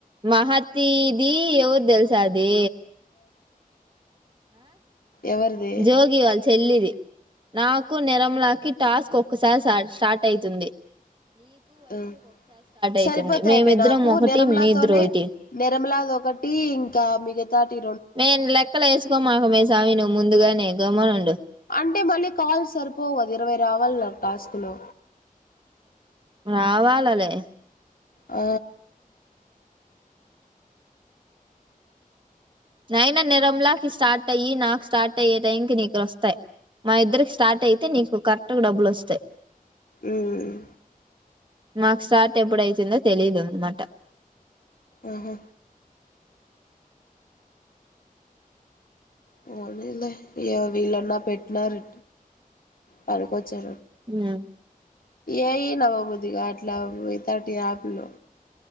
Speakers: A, on the right; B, on the left.
A: మహతిది ఎవర్ తెల్సా అద్ దే
B: ఎవర్ది
A: జోగి వాళ్ళ చెల్లిది నాకు నిరంలాకి టాస్క్ ఒక్కసారి స్టార్ట్ ఐతుంది
B: అ
A: అయితుంది
B: సరిపోతాయమే
A: మేమిద్దరం
B: నాకు
A: ఒకటి
B: నిర్మలాతోనే
A: మీద్దరు ఒకటి
B: నిర్మలాది ఒకటి ఇంకా మిగతాది
A: మెయ్ లేక్కల ఎస్కో మాకు మే సామి నువు ముందుగ నే గమ్మునుండు
B: అంటే మళ్ళీ కాల్స్ సరిపోవు ఇరవై రావాలి నాకు టాస్క్లో
A: రావాలలే
B: ఆ
A: ఐనా నిరంలాకి స్టార్ట్ అయ్యి నాకు స్టార్ట్ అయ్యే టైంకి నీకు ఒస్తయి మా ఇద్దరికి స్టార్ట్ ఐతే నీకు కరెక్ట్గా డబ్బులు ఒస్తాయ్
B: ఉమ్
A: మాకు స్టార్ట్ ఎప్పుడైతుందో తెలీదు అన్మాట
B: ఉహు పోనీలే అ వీళ్ళన్నా పెట్నారూ పనికొచ్చా
A: హుమ్
B: ఏయి నమ్మబుద్దిగాట్లా యితట్టి యాప్లు